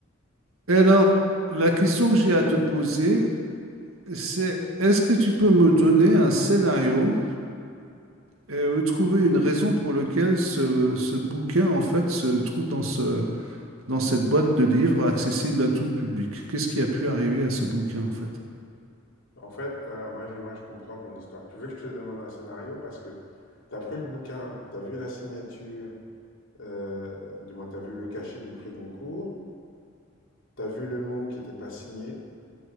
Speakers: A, on the right; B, on the left.
A: Et alors, la question que j'ai à te poser, c'est est-ce que tu peux me donner un scénario et me trouver une raison pour laquelle ce, ce bouquin, en fait, se trouve dans ce, dans cette boîte de livres accessible à tout public? Qu'est-ce qui a pu arriver à ce bouquin, en fait?
B: En fait, voilà, moi, j'ai- moi je comprends ton histoire. Tu veux que je te demande un scénario parce que tu as pris le bouquin, tu as vu la signature, euh, du moins tu as vu le cachet du prix Goncourt, tu as vu le mot qui n'était pas signé,